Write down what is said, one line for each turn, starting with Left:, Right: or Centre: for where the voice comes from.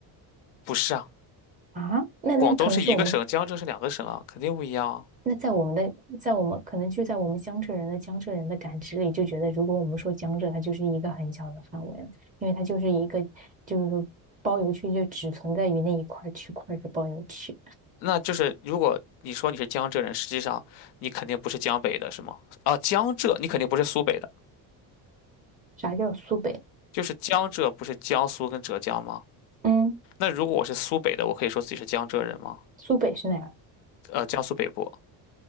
Left: 不是啊，
Right: 啊，那那可能是我们
Left: 广东是一个省，江浙是两个省啊，肯定不一样啊。
Right: 那在我们的在我们可能就在我们江浙人的江浙人的感知里，就觉得如果我们说江浙，它就是一个很小的范围了，因为它就是一个就是说包邮区就只存在于那一块儿区块儿是包邮区，
Left: 那就是如果你说你是江浙人，实际上你肯定不是江北的，是吗？啊，江浙你肯定不是苏北的，
Right: 啥叫苏北？
Left: 就是江浙不是江苏跟浙江吗？
Right: 嗯，
Left: 那如果我是苏北的，我可以说自己是江浙人吗？
Right: 苏北是哪？
Left: 呃，江苏北部。